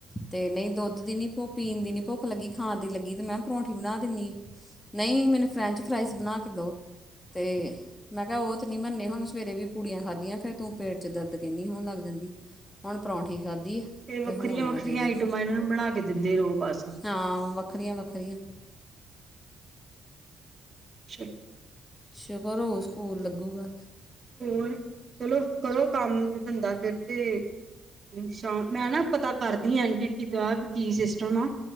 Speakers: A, on the left; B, on the right.
A: ਤੇ ਨਹੀਂ ਦੁੱਧ ਦੀ ਨੀ ਭੁੱਖ ਪੀਣ ਦੀ ਨੀ ਭੁੱਖ ਲੱਗੀ, ਖਾਣ ਦੀ ਲੱਗੀ ਤੇ ਮੈਂਹ ਪਰੌਂਠੀ ਬਣਾ ਦਿੰਨੀ ਆ ਨਹੀਂ, ਮੈਨੂੰ ਫਰੈਂਚ-ਫਰਾਈਸ ਬਣਾ ਕੇ ਦਉ ਤੇ ਮੈਂ ਕਿਹਾ ਉਹ ਤੇ ਨੀ ਬਣਨੇ ਹੁਣ, ਸਵੇਰੇ ਵੀ ਪੂੜੀਆਂ ਖਾਧੀਆਂ ਫੇਰ ਤੂੰ ਪੇਟ 'ਚ ਦਰਦ ਕਹਿਨੀ ਹੋਣ ਲੱਗ ਜਾਂਦੀ ਹੁਣ ਪਰੌਂਠੀ ਖਾਧੀ
B: ਤੇ ਵੱਖਰੀਆਂ-ਵੱਖਰੀਆਂ
A: ਅਤੇ ਹੁਣ ਅਜੇ ਵੇਖੋ
B: ਆਈਟਮਾਂ ਇਹਨਾਂ ਨੂੰ ਬਣਾ ਕੇ ਦਿੰਦੇ ਰਹੋ, ਬਸ ਹਮ।
A: ਹਾਂ ਵੱਖਰੀਆਂ ਵੱਖਰੀਆਂ
B: ਅੱਛਾ ਜੀ।
A: ਸ਼ੁਕਰ ਹੋਊ, ਸਕੂਲ ਲੱਗੂਗਾ
B: ਹੋਰ, ਚਲੋ ਕਰੋ ਕੰਮ-ਧੰਦਾ ਫਿਰ ਤੇ ਸ਼ਾਮ ਮੈਂ ਨਾ ਪਤਾ ਕਰਦੀ ਆ, ਐਂਟੀ ਕੀ ਕਲਾਸ ਕੀ ਸਿਸਟਮ ਆ?